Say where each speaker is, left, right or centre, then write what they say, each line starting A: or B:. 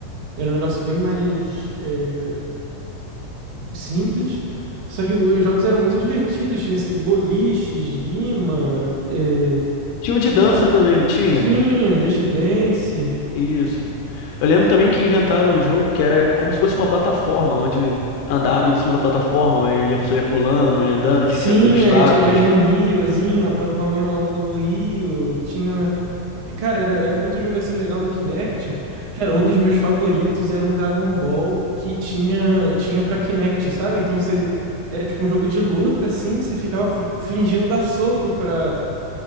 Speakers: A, on the right (about 80°); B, on the left (about 75°).
A: era um negócio bem mais é, simples. Só que os jogos eram muito divertidos, tinha esse boliche, esgrima, é,
B: Tinha um de dança também, não tinha?
A: tinha Just Dance,
B: Isso. Eu lembro também que inventaram um jogo que era como se fosse uma plataforma, onde andava em cima da plataforma e a pessoa ia pulando ia andando,
A: sim,
B: desviando de obstáculos.
A: aí ti- é, no Rio, azinho, a plataforma ao longo do Rio, tinha... Cara, era, era muito jogo, assim, legal no Kinect. Cara, um dos meus favoritos era um Dragon Ball que tinha, tinha pra Kinect, sabe? Então, você... Era tipo um jogo de luta, assim, você ficava f- fingindo dar soco pra,